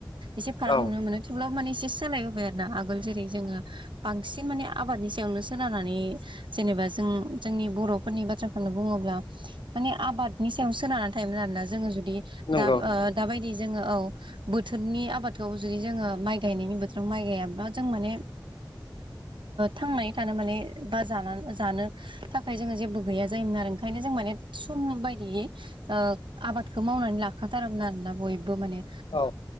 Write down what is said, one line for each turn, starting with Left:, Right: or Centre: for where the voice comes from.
Right: एसे फाराग
Left: औ
Right: नुनो मोनो थेवब्लाबो माने एसे सालायबोबाय आरो ना आगोल जेरै जोङो बांसिन माने आबादनि सायावनो सोनारनानै जेनेबा जों जोंनि बर'फोरनि बाथ्राखौनो बुङोब्ला माने आबादनि सायाव सोनारनानै थायोमोन आरोोना जोङो जुदि
Left: नंगौ
Right: दा दाबायदि जोङो औ बोथोरनि आबादखौ जुदि जोङो माइ गायनायनि बोथोराव माइ गायाब्ला जों माने थांनानै थानो माने बा जानानै जानो थाखाय जोङो जेबो गैया जायोमोन आरो ओंखायनो जों माने सम बायदियै आबादखौ मावनानै लाखाथारोमोन आरोना बयबो माने
Left: औ।